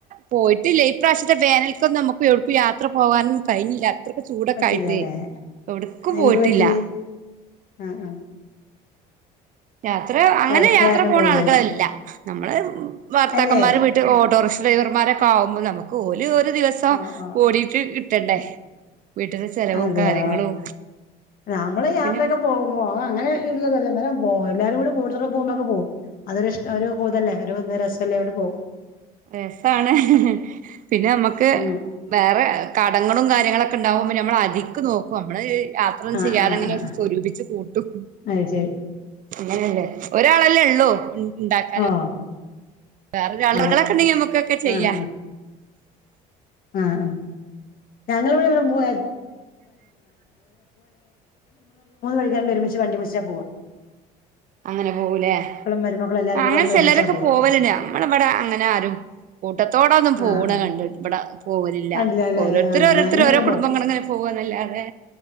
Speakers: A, on the right; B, on the left.
A: പോയിട്ടില്ല ഈപ്രാവശ്യത്തെ വേനൽക്കൊന്നും നമുക്ക് എവിടക്കും യാത്ര പോക ന്നും കഴിഞ്ഞില്ലാ <inaudible> ചൂടൊക്കെ
B: പറ്റിയില്ലല്ലേ
A: ആയിട്ടേ എവിടക്കും
B: എന്ത്
A: പോയിട്ടില്ല
B: പറ്റി ആഹ്
A: യാത്ര
B: ആഹ്
A: അങ്ങനെ
B: തെരക്ക്
A: യാത്ര
B: കാരണം
A: പോണ
B: പോയില്ലല്ലേ
A: ആളുകളല്ല നമ്മള് വർത്താക്കന്മാര്
B: അല്ലേ
A: വീട്ടിൽ ഓട്ടോ ഡ്രൈവർമാരൊക്ക ആകുമ്പോൾ നമുക്ക്ഓ ദിവസം
B: ഓഹ് ഓഹ്
A: ഓടിട്ട് കിട്ടണ്ടേ
B: ആഹ്
A: വീട്ടില് ചെലവും
B: അതെയോ
A: കാര്യങ്ങളും
B: നമ്മള് യാത്രയൊക്കെ
A: പിന്നെ നമുക്ക്
B: പോകുമ്പോ അങ്ങനെ ഇല്ലതല്ല നേം പോ എല്ലാരും കൂടി കൂടുതൽ പോക്പോക്കെ പോകും അതൊ ഇഷ്ടം ഒരു കൂതല്ല ഒരു രസംമല്ലോവിടെ പോകവും
A: രസാണ് പിന്നെ നമ്മുക്ക്
B: ഉം
A: വേറെ കടങ്ങളും കാര്ങ്ങളൊക്കെ ഉണ്ടാവുമ്പോ നമ്മൾ അത്ക്ക് നോക്കും നമ്മള് യാത്രന്നും
B: ആഹ്
A: ചെയ്യാതങ്ങനെ
B: ആഹ് ആഹ് ആഹ്
A: സ്വരൂപിച്ച് കൂട്ടും
B: അത് ശരി
A: അങ്ങനെല്ലേ ഒരാളല്ലേ ള്ളൂ ഇണ്ണ്ടാക്കാൻ
B: ഓഹ്
A: വേറെ രളുകളൊക്കെ
B: അതെ
A: ണ്ടെങ്കി നമ്മുക്കൊക്കെ ചെയ്യാ
B: ആഹ് അ അ ഞങ്ങൾവിടേ <unintelligible> ഇജ്ജ് വണ്ടി വിളിച്ചാ പോവ്വാ
A: അങ്ങനെ പോകൂലേ
B: മരുമക്കളും എല്ലാരും
A: ആ
B: കൂടി
A: അങ്ങനെ
B: ഞങ്ങൾ
A: ചിലരൊക്കെ
B: ഒരുമിച്ചാ പോവാ
A: പോവല്ണ്ട് നമ്മളവിടെ അങ്ങനെ ആരും കൂട്ടത്തോടൊന്നും
B: ആ
A: പോണ്
B: ആ
A: കണ്ട് ഇവടെ അ പോകലില്ല
B: കണ്ടില്ല അല്ലേ
A: ഓരോരുത്തര്
B: ആ
A: ഓരോരുത്തര്
B: ഞങ്ങളിങ്ങനെ
A: ഓരോ കുടുംബങ്ങള് ഇങ്ങനെ പോവന്നല്ലാതെ